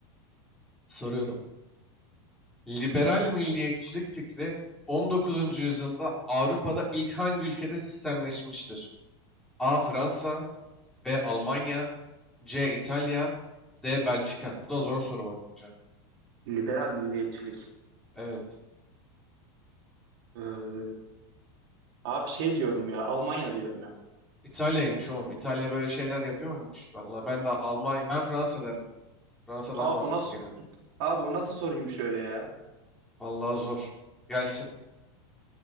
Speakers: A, in the centre; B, on the right (about 65°).
A: Soruyorum. Liberal milliyetçilik fikri 19. yüzyılda Avrupa'da ilk hangi ülkede sistemleşmiştir? A. Fransa B. Almanya C. İtalya D. Belçika. Bu da zor soru bakınca.
B: liberal milliyetçilik.
A: Evet.
B: Ee, abi şey diyorum ya, Almanya diyorum ya.
A: İtalya'ymış oğlum. İtalya böyle şeyler yapıyor muymuş? Vallahi ben de Almanya, ben Fransa derdim. Fransa
B: Abi
A: daha mantıklı
B: bu nasıl
A: gelirdi.
B: Abi o nasıl sorayım şöyle ya?
A: Vallahi zor. Gelsin.